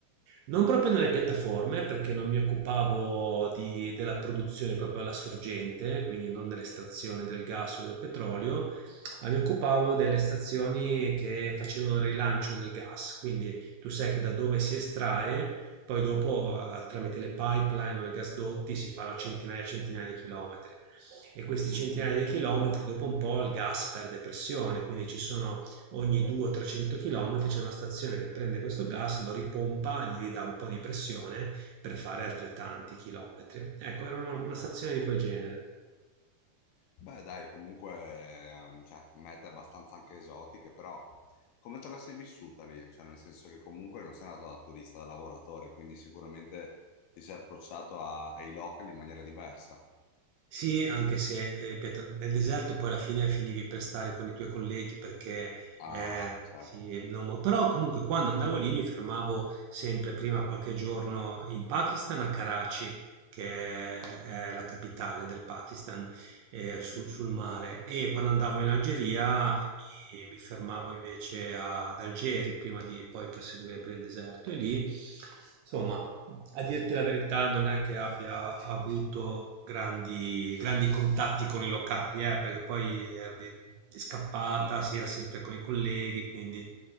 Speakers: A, on the right; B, on the left.
A: Non proprio nelle piattaforme, perché non mi occupavo di- della produzione proprio alla sorgente, quindi non dell'estrazione del gas o del petrolio, Ah, mi occupavo delle stazioni che facevano il rilancio del gas, quindi tu sai che da dove si estrae, poi dopo eh, tramite le pipeline o i gasdotti si fanno centinaia e centinaia di chilometri e questi
B: Mhm.
A: centinaia di chilometri dopo un po' il gas perde pressione, quindi ci sono ogni 200-300 chilometri c'è una stazione che prende questo gas, lo ripompa, gli ridà un po' di pressione per fare altrettanti chilometri. Ecco, era una
B: Ah,
A: una stazione
B: ma-
A: di quel genere.
B: Beh, dai, comunque, ehm, cioè, mete abbastanza anche esotiche, però come te la sei vissuta lì? Cioè, nel senso che comunque non sei andato da turista, da lavoratore, quindi sicuramente ti sei approcciato a- ai locali in maniera diversa.
A: Sì, anche se, eh, ripeto, nel deserto poi alla fine finivi per stare con i tuoi colleghi perché,
B: Ah,
A: eh,
B: certo.
A: sì, non mo- però comunque quando andavo lì mi fermavo sempre prima qualche giorno in Pakistan a Karachi, che è la capitale del Pakistan, eh, su-
B: Mhm.
A: sul mare, e quando andavo in Algeria mi, mi fermavo invece a- ad Algeri prima di poi proseguire per il deserto e lì... Insomma, a dirti la verità, non è che abbia avuto grandi, grandi contatti con i locali, eh, perché poi era di, di scappata,
B: Hm.
A: si era sempre con i colleghi, quindi